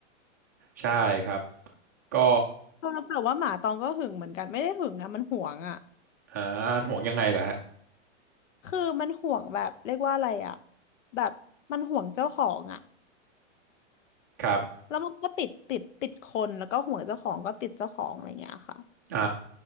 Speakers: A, on the right; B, on the left.
A: ใช่ครับก็
B: เออแต่ว่าหมาตองก็หึงเหมือนกันไม่ได้หึงอะมันหวงอะ
A: อ่าห่วงยังไงล่ะฮะ
B: คือมันห่วงแบบเรียกว่าอะไรอ่ะแบบมันห่วงเจ้าของอ่ะ
A: ครับ
B: แล้วมันก็ติดติดติดคนแล้วก็ห่วงเจ้าของก็ติดเจ้าของอะไรเงี้ยค่ะ
A: อ่า